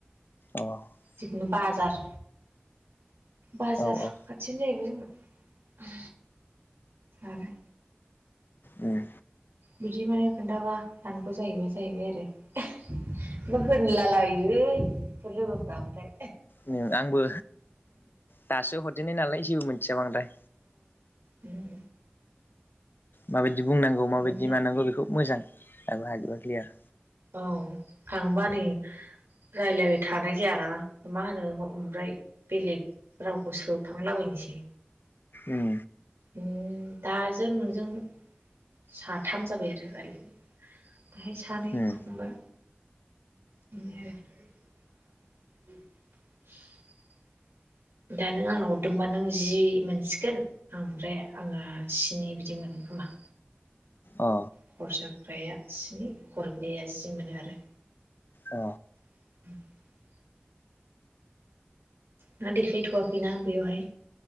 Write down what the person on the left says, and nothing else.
अ औ
औ
उम
उम आंबो दासो हरदेननाय नालाय जेबो मिथिया बांद्राय।
माबायदि बुंनांगौ माबायदि
मानांगौ बेखौ मोजां दाबो हाजोबाखैलै आं।
उम
उम
अ
अ